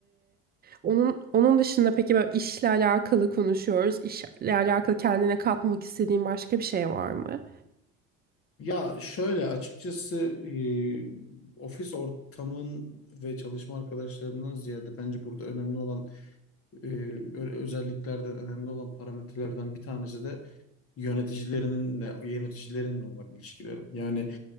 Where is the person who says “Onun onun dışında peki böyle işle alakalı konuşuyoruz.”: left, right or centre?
Right